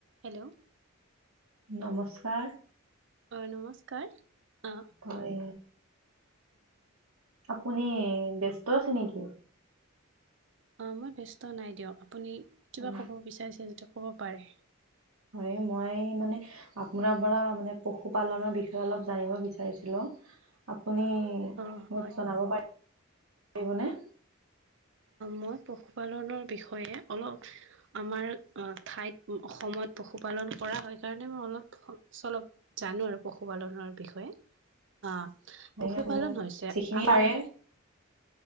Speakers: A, on the right; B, on the right.
A: Hello
B: নমস্কাৰ
A: অ নমস্কাৰ অ
B: হয় আপুনি ব্যস্ত আছে নেকি?
A: অ মই ব্যস্ত নাই দিয়ক আপুনি কিবা
B: অ',
A: ক'ব বিচাৰিছে যাতে ক'ব পাৰে।
B: হয় মই মানে আপোনাৰ পৰা মানে পশুপালনৰ বিষয়ে অলপ জানিব বিচাৰিছিলো। আপুনি
A: অঁ হয়
B: মোক জনাব পাৰিবনে?
A: মই পশুপালনৰ বিষয়ে অলপ আমাৰ ঠাইত অসমত পশুপালন কৰা হয় কাৰণে মই অলপ চলপ জানো আৰু পশুপালনৰ বিষয়ে অ
B: হয়
A: পশুপালন
B: আপুনি মোক
A: হৈছে
B: যিখিনি
A: আমাৰ
B: পাৰে